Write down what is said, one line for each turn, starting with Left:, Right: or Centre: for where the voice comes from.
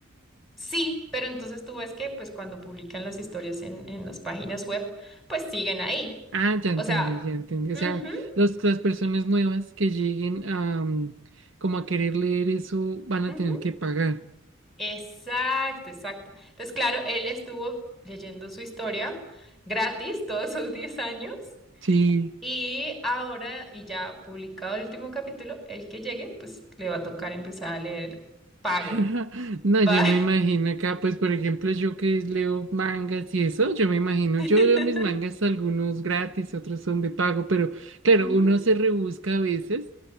Centre: Sí, pero entonces tú ves que pues cuando publican las historias en, en las páginas web, pues siguen ahí.
Right: Ah, ya entendí,
Centre: O sea,
Right: ya entendí. O
Centre: ujú,
Right: sea, los- las personas nuevas que lleguen a, mm, como a querer leer eso van a
Centre: ujú,
Right: tener que pagar.
Centre: exacto, exacto. Entonces, claro, él estuvo leyendo su historia gratis todos sus 10 años
Right: Sí.
Centre: y ahora, y ya publicado el último capítulo, el que llegue, pues le va a tocar empezar a leer pago.
Right: <laughs> No,
Centre: Pa-
Right: yo me imagino acá, pues por ejemplo, yo que leo mangas y eso, yo me imagino,
Centre: <laughs>
Right: yo leo mis mangas, algunos gratis, otros son de pago, pero claro,
Centre: Ujú,
Right: uno se rebusca a veces